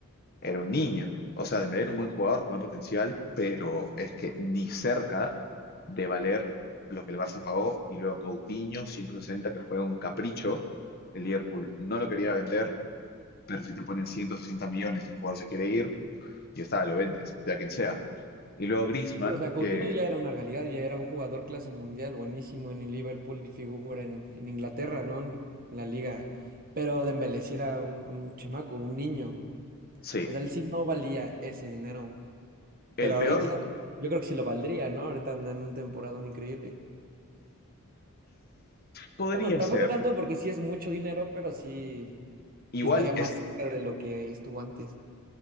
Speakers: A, on the left; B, on the right.
A: Era un niño. O sea, Dembélé era un buen jugador con buen potencial, pero es que ni cerca de valer lo que el Barça pagó. Y luego Coutinho, 160, que fue un capricho. El Liverpool no lo quería vender, pero si te ponen 160 millones, el jugador se quiere ir, y está, lo vendes, sea quien sea. Y luego Griezmann,
B: Sí, o sea, Coutinho
A: que
B: ya era una realidad, ya era un jugador clase mundial, buenísimo en el Liverpool y figura en, en Inglaterra, ¿no? En, en la liga. Pero Dembélé sí era un, un chamaco, un niño.
A: sí,
B: O sea, él sí no valía ese dinero.
A: el
B: Pero ahorita
A: peor
B: yo creo que sí lo valdría, ¿no? Ahorita anda en un temporadón increíble.
A: podría
B: Bueno, tampoco
A: ser.
B: tanto porque sí es mucho dinero, pero sí,
A: Igual
B: sí estaría más
A: es
B: cerca de lo que estuvo antes.